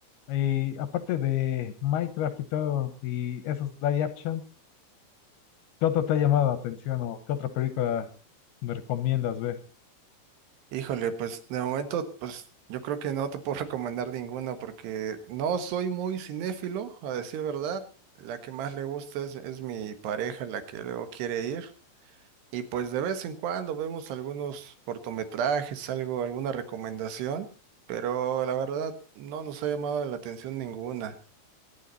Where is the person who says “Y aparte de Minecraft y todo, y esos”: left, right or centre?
Left